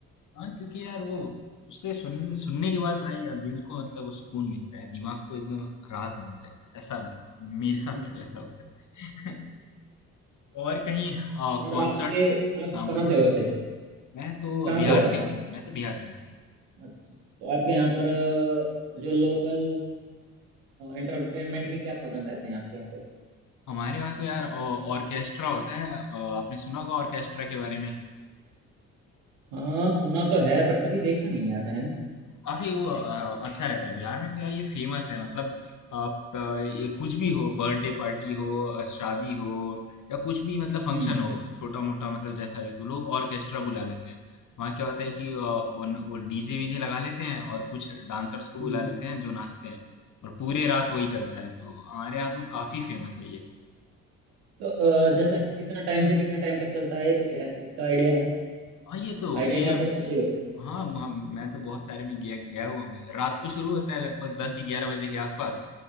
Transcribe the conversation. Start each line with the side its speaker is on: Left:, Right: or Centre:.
Left: हाँ क्योंकि यार वो उससे सुन, सुनने के बाद भाई यार दिल को मतलब वो सुकून मिलता है दिमाग को एकदम राहत मिलता है ऐसा मेरे साथ
Right: हम्म।
Left: तो ऐसा होता है <laughs> और कहीं
Right: और
Left: कॉन्सर्ट
Right: आपके आप
Left: हाँ
Right: कहाँ
Left: बोलिए
Right: से हो वैसे
Left: मैं तो
Right: कहाँ
Left: बिहार
Right: से हो आप
Left: से हूँ मैं तो बिहार से हूँ
Right: अच्छा तो आपके यहाँ पर अ, जो लोकल एंटरटेनमेंट के क्या साधन रहते हैं आपके यहाँ पे
Left: हमारे वहाँ तो यार ऑर्केस्ट्रा होता है अ, आपने सुना होगा ऑर्केस्ट्रा के बारे में
Right: हाँ सुना तो है बट कभी देखा नहीं यार मैंने ना
Left: काफी वो अ, अच्छा रहता है बिहार में तो यार ये फेमस है मतलब आप अ, ये कुछ भी हो बर्थडे पार्टी हो अ, शादी हो या कुछ भी मतलब फंक्शन
Right: हम्म
Left: हो छोटा मोटा मतलब जैसा भी तो लोग ऑर्केस्ट्रा बुला लेते हैं वहाँ क्या होता है कि अ, उन- वो डीजे वीजे लगा लेते हैं और कुछ डांसर्स को
Right: हम्म
Left: बुला लेते हैं जो नाचते हैं और पूरे रात वही चलता है तो हमारे यहाँ तो काफी फेमस है ये
Right: तो अ, जैसा कितना टाइम से कितना टाइम तक चलता है ये कुछ ऐसा इसका आइडिया है
Left: हाँ ये तो
Right: आइडिया
Left: ये
Right: क्या आपको तो पता ही होगा
Left: हाँ म- मैं तो बहुत सारे में गया गया हुआ हूँ रात को शुरू होता है लगभग दस
Right: हम्म,
Left: ग्यारह बजे के आसपास